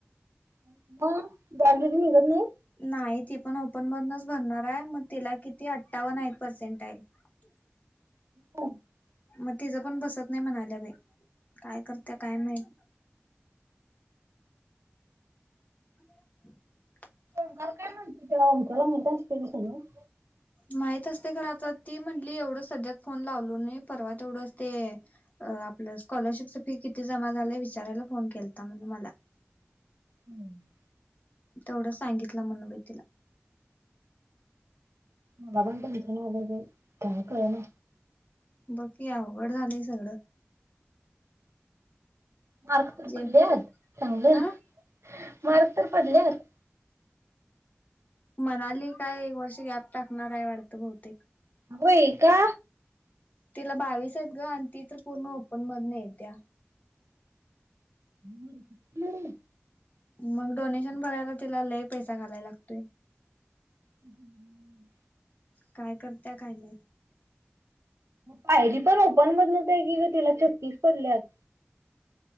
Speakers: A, on the right; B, on the left.
A: <unintelligible> गॅलरी निघत नाही?
B: नाही ती पण ओपन मधनच भरणार आहे मग तिला किती अठ्ठावन्न आहे पर्सेंटईल. <unintelligible>
A: <unintelligible>
B: मग तिचं पण बसत नाही म्हणाल्या बाई. काय करत्या काय माहित. <inaudible>
A: ओंकार काय म्हणतला. <unintelligible> तुला ओमकार. <unintelligible>
B: माहित असतय खरं आता ती म्हण ली एवढं सध्या फोन लावलो नाही. परवा तेवढंच ते आपलं स्कोलररशिपच फी किती जमा <unintelligible> विचारायला फोन केलता म्हणे मला.
A: हम्म.
B: तेवढं सांगितलं म्हणो बाई तिला.
A: मला पण टेनशन आलय बाई काय कळ ना.
B: बाकी अवघड झाले सगळं.
A: मार्क तर
B: जे
A: पडलेत चांगलं
B: हा
A: मार्क तर पडल्यात
B: मणाली काय एक वर्ष गॅप टाकणार आहे वाढतं बहुतेक.
A: होय का?
B: तिला बावीस आहेत ग आणि ती तर पूर्ण ओपन मधन येत्या.
A: हम्म हम्म.
B: मग डोनेशन भरायला तिला लय पैसा घालायला लागतोय.
A: हम्म.
B: काय करत्या काय माहित.
A: पायरी पण ओपन मधनच हाय की गं, तिला छत्तीस पडल्यातऽ